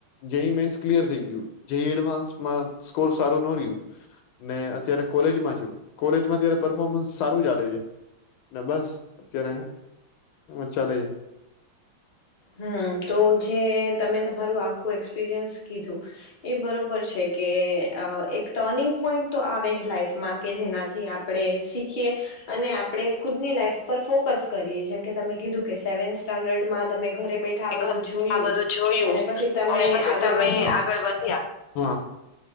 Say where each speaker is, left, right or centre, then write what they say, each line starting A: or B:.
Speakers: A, on the left; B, on the left.
A: જે મેન્સ ક્લિયર થઈ ગયું જે એડવાન્સમાં સ્કોર સારું ન રહ્યું ને અત્યારે કોલેજમાં છ કોલેજમાં પરફોર્મન્સ સારું ચાલે છે બસ અત્યારે એ ચાલે છે.
B: હમ્મ તો જે તમે તમારું આખું એક્સપિરિયન્સ કીધું. એ બરોબર છે કે એક ટર્નિંગ પોઈન્ટ તો આવે જ લાઈફમાં કે જેનાથી આપણે શીખીએ અને આપણે ખુદની લાઈફ ઉપર ફોકસ કરીએ જેમ કે તમે કીધું કે સેવન્થ સ્ટાન્ડર્ડમાં તમે ઘરે બેઠા
A: આ
B: બધું જોયું
A: બધું જોયું
B: અને પછી તમે
A: અને પછી
B: આગળ
A: તમે
B: વધ્યા
A: આગળ વધ્યા.